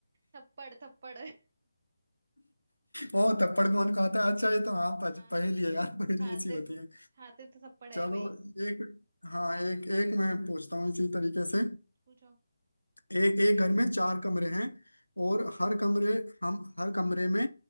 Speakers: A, on the right; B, on the left.
A: थप्पड़ थप्पड़ <laughs>
B: ओ थप्पड़ कौन खाता है अच्छा ये तो हाँ पज-
A: हाँ
B: पहेली है यार पहेली
A: खाते
B: ऐसी होती
A: तो
B: है
A: खाते तो थप्पड़ है
B: चलो
A: भाई
B: एक हाँ एक एक मैं पूछता हूँ इसी तरीके से
A: पूछो
B: एक एक घर में चार कमरे हैं और हर कमरे हम हर कमरे में